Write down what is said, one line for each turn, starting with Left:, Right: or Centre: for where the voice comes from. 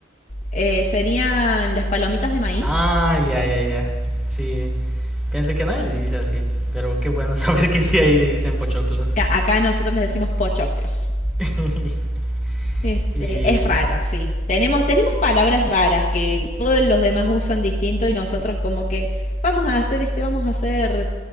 Left: Eh, serían las palomitas de maíz.
Centre: Ah, ya, ya, ya. Sí, pensé que nadie le dice así, pero qué bueno <laughs> saber que sí ahí le dicen pochoclos.
Left: Acá nosotros les decimos pochoclos.
Centre: <laughs>
Left: Este,
Centre: Y
Left: es raro, sí. Tenemos, tenemos palabras raras que todos los demás usan distinto y nosotros como que vamos a hacer este, vamos a hacer,